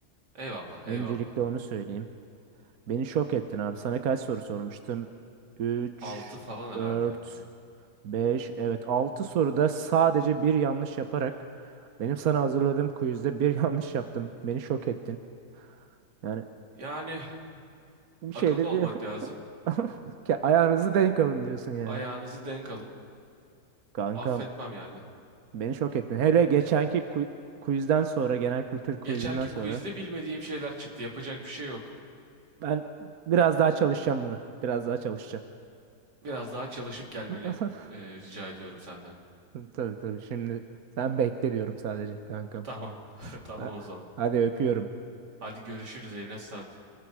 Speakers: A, on the right; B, on the right.
A: Eyvallah
B: Öncelikle
A: eyvallah.
B: onu söyleyeyim. Beni şok ettin abi. Sana kaç soru sormuştum? üç
A: 6 falan herhalde.
B: dört 5 evet 6 soruda sadece bir yanlış yaparak Benim sana hazırladığım quizde bir <laughs> yanlış yaptım. Beni şok ettin. Yani
A: Yani
B: bir
A: Akıllı
B: şey de
A: olmak
B: bir
A: lazım.
B: <laughs> Ke- ayağınızı denk alın diyorsun yani.
A: Ayağınızı denk alın.
B: Kankam
A: Affetmem yani.
B: beni şok ettin. Hele geçenki ku- quizden sonra genel kültür quizinden
A: Geçenki
B: sonra
A: quizde bilmediğim şeyler çıktı. Yapacak bir şey yok.
B: ben biraz daha çalışacağım buna. Biraz daha çalışacağım.
A: Biraz daha çalışıp gelmeni
B: <laughs>
A: e, rica ediyorum senden.
B: Tabii tabii şimdi sen bekle diyorum sadece kankam.
A: Tamam. <laughs> Tamam
B: Ha-
A: o zaman.
B: Hadi öpüyorum.
A: Hadi görüşürüz. Eline sağlık.